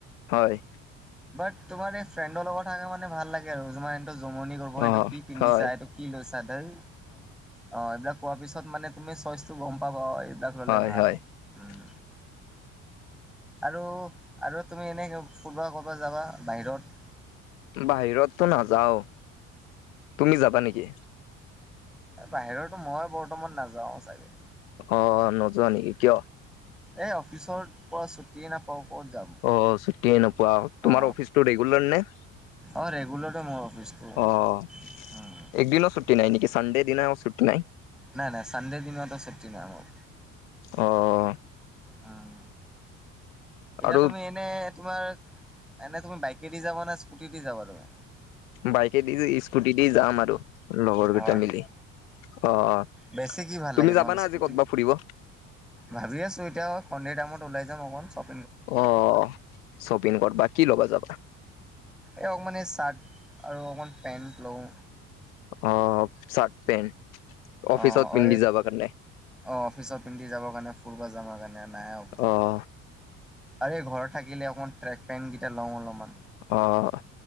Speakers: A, on the left; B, in the centre.
A: হয়।
B: বাট তোমাৰ এই ফ্ৰেণ্ডৰ লগত থাকে মানে ভাল লাগে আৰু এইটো জমনি কৰিব এইটো
A: অ
B: কি পিন্ধিছা
A: হয়
B: এইটো কি লৈছা দেই অ' এইবিলাক কোৱা পিছত মানে তুমি চইচটো গম পাবা অ' এইবিলাক ল'লে
A: হয়
B: ভাল।
A: <inaudible>
B: উম আৰু আৰু তুমি এনেকে ফুৰবা ক'বাত যাবা বাহিৰত।
A: বাহিৰতটো নাযাওঁ তুমি যাবা নেকি?
B: বাহিৰতটো মইও বৰ্তমান নাযাও চাগে।
A: অ' নযোৱা নেকি কিয়?
B: এই অফিচৰ পৰা ছুটিয়ে নাপাওঁ ক'ত যাম।
A: অ' ছুটিয়ে নোপোৱা, তোমাৰ
B: অ
A: অফিচটো ৰেগুলাৰ নে?
B: অ' ৰেগুলাৰ এ' মোৰ অফিচটো।
A: অ'।
B: উম
A: একদিনও ছুটি নাই নেকি চাণ্ডে দিনাও ছুটি নাই?
B: নাই-নাই চানডে দিনতও ছুটি নাই মোৰ।
A: অ'।
B: উম। এতিয়া
A: আৰু
B: তুমি এনে তোমাৰ এনে তুমি বাইকেদি যাবা না স্কুটি দি যাবা তুমি?
A: বাইকে দি, স্কুটি দি যাম আৰু। লগৰ
B: হয়
A: কেইটা মিলি,
B: নেকি
A: অ'
B: বেছি কি ভাল
A: তুমি
B: লাগে তোমাক
A: যাবানা
B: স্কুটি
A: আজি কতবা ফুৰিব?
B: ভাবি আছো এতিয়া সন্ধিয়াৰ টাইমত ওলাই যাম অকণ চব
A: অ', শ্বপিং কৰবা কি ল'বা যাবা?
B: এই অকমান এই চাৰ্ট আৰু অকমান পেন্ট লওঁ।
A: অ' চাৰ্ট, পেণ্ট, অফিচত
B: অ', অ',
A: পিন্ধি
B: এই
A: যাবা কাৰণে?
B: অ' অফিচত পিন্ধি যাব কাৰণে, ফুৰবা যাবাৰ কাৰণে অকমান।
A: অ'।
B: আৰু এই ঘৰত থাকিলে অকণমান ট্ৰেক পেণ্ট কেইটা লওঁ অলপমান।
A: অ',